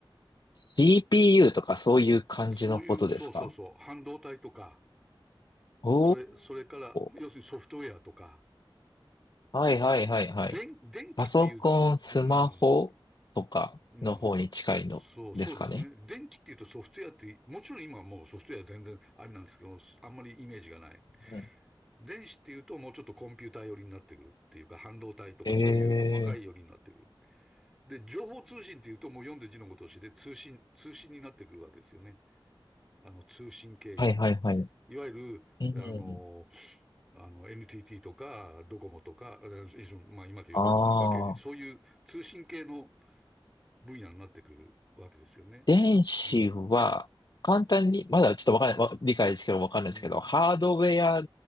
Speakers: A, on the left; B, in the centre.
A: ?CPU とかそういう感じのことですか
B: そういう、そうそうそう、半導体とか、
A: お
B: それ、それから、要するにソフトウェアとか、
A: ー。はいはいはいはい。
B: 電、電気っていう、
A: パソコン、スマホとかの方に近いのですかね。
B: うん、うん、そう、そうですね。電気っていうとソフトウェアって、もちろん今もうソフトウェア全然あれなんですけど、あんまりイメージがない。
A: うん、
B: 電子っていうともうちょっとコンピューター寄りになってくるっていうか、半導体とかそういう細かい寄りになってくる。
A: えー。
B: で、情報通信っていうともう読んで字のごとしで通信、通信になってくるわけですよね。あの、通信系に。
A: はいはいはい。
B: いわゆる、
A: うん。
B: あの、あの、NTT とか、ドコモとか、まあ今というドコモとか
A: あ
B: KT、そういう通信系の
A: あ。
B: 分野になってくるわけですよね。
A: 電子は、
B: うん。
A: 簡単に、まだちょっとわかんない、わ理解ですけどわかんないですけど、
B: うん。
A: ハードウェア